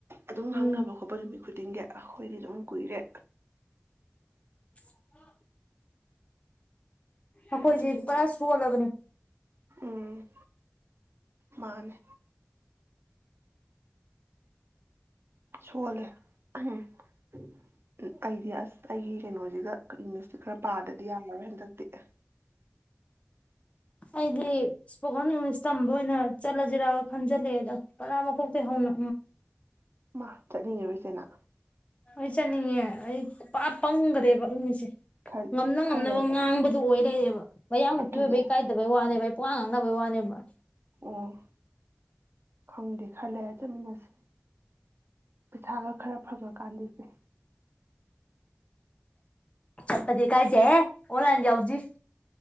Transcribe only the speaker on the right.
ꯑꯗꯨꯝ
ꯍꯥꯡꯅꯕ ꯈꯣꯠꯄ ꯅꯨꯃꯤꯠ ꯈꯨꯗꯤꯡꯒꯤ ꯑꯈꯣꯏꯗꯤ ꯑꯗꯨꯝ ꯀꯨꯏꯔꯦ
ꯑꯗꯨꯗꯨꯅ
ꯎꯝ ꯃꯥꯅꯦ ꯁꯣꯜꯂꯦ ꯑꯩꯗꯤ ꯑꯁ ꯑꯩꯒꯤ ꯀꯩꯅꯣꯁꯤꯒ ꯏꯪꯂꯤꯁꯇꯤ ꯈꯔ ꯄꯥꯗꯗꯤ ꯌꯥꯔꯔꯣꯏ ꯍꯟꯗꯛꯇꯤ
ꯃꯥ ꯆꯠꯅꯤꯡꯉꯔꯨꯁꯦꯅ
ꯈꯔ
ꯈꯔ ꯂꯩꯔ ꯆꯠꯂꯤ
ꯑꯗꯨꯒꯤꯁꯨ
ꯑꯣ ꯈꯪꯗꯦ ꯈꯔ ꯂꯩꯔꯦ ꯆꯠꯃꯤꯟꯅꯁꯦ ꯄꯩꯁꯥꯒ ꯈꯔ ꯐꯪꯉꯀꯥꯟꯗꯁꯦ